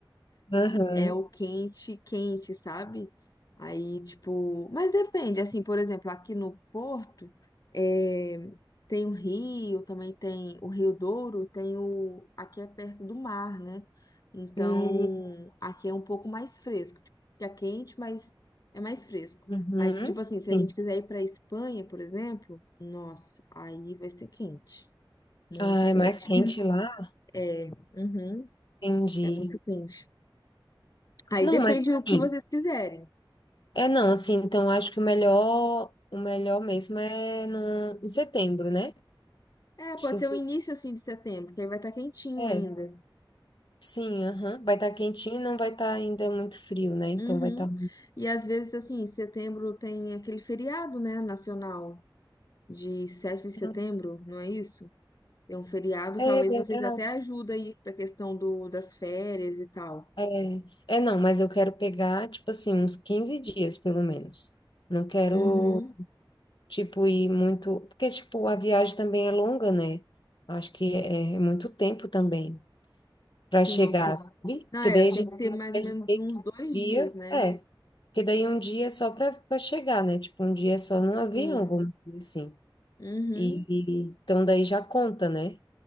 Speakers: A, on the left; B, on the left.
A: Aham.
B: é o quente, quente, sabe? Aí, tipo, mas depende, assim, por exemplo, aqui no Porto, é, tem o Rio, também tem o Rio Douro, tem o, aqui é perto do mar, né? Então,
A: Hum,
B: aqui é um pouco mais fresco, tipo, fica quente, mas é mais fresco.
A: Uhum.
B: Mas, tipo assim, se
A: Sim.
B: a gente quiser ir pra Espanha, por exemplo, nossa, aí vai ser quente, muito
A: Ah,
B: quente.
A: é mais quente
B: <laughs>
A: lá?
B: É, uhum,
A: Entendi.
B: é muito quente. Aí
A: Não,
B: depende
A: mas assim,
B: do que vocês quiserem.
A: é não, assim, então acho que o melhor, o melhor mesmo é no, em setembro, né?
B: É,
A: Acho
B: pode
A: que é,
B: ser
A: se-
B: o início assim de setembro, que aí vai estar quentinho
A: é.
B: ainda.
A: sim, aham. Vai estar quentinho e não vai estar ainda muito frio, né? Então
B: Uhum.
A: vai estar.
B: E às vezes assim, setembro tem aquele feriado, né, nacional de sete de
A: Nossa.
B: setembro, não é isso? Tem um feriado,
A: É
B: talvez
A: verdade.
B: vocês até ajudem aí pra questão do das férias e tal.
A: É, é não, mas eu quero pegar, tipo assim, uns 15 dias, pelo menos. Não quero,
B: Uhum.
A: tipo, ir muito. Porque, tipo, a viagem também é longa, né? Acho que é é muito tempo também para
B: Sim,
A: chegar,
B: sim.
A: sabe?
B: Não,
A: Porque
B: é,
A: daí a
B: tem
A: gente
B: que ser
A: vai
B: mais
A: até
B: ou menos uns
A: que
B: dois
A: dia.
B: dias, né?
A: É. Porque daí um dia é só para chegar, né? Tipo, um dia é só no avião,
B: Sim.
A: vamos dizer assim.
B: Uhum.
A: E, e- então daí já conta, né?